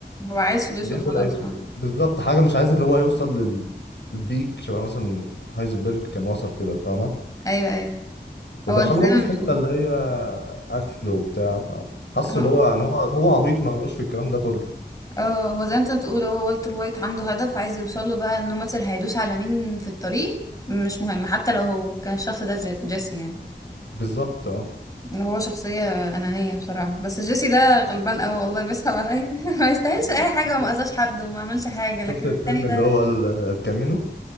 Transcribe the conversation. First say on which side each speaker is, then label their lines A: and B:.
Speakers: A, on the left; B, on the left.
A: هو عايز فلوسه
B: بياكل
A: خلاص
B: اي
A: اه
B: شيء بالظبط حاجه مش عايز اللي هو يوصل للبيك شبه مثلا هايزنبرج كان وصل كده فاهمه
A: ايوه ايوه
B: ودخله
A: هو انت زي
B: برضه في
A: ما
B: حته
A: بتقول
B: اللي هي قتل وبتاع فحس
A: اه.
B: اللي هو يعني هو هو عبيط ما في الكلام ده كله
A: اه هو زي انت بتقول هو والتر وايت عنده هدف عايز يوصل له بقى انه ماتر هيدوس على مين في الطريق مش مهم حتى لو هو كان الشخص ده ج- جيسي يعني
B: بالظبط اه
A: هو شخصية أنانية بصراحة بس جيسي ده غلبان قوي والله بيسحب عليا <laughs> ما يستاهلش
B: <laughs>
A: أي حاجة وما أذاش حد وما عملش حاجة لكن
B: شفت الفيلم
A: التاني ده
B: اللي هو ال- الكامينو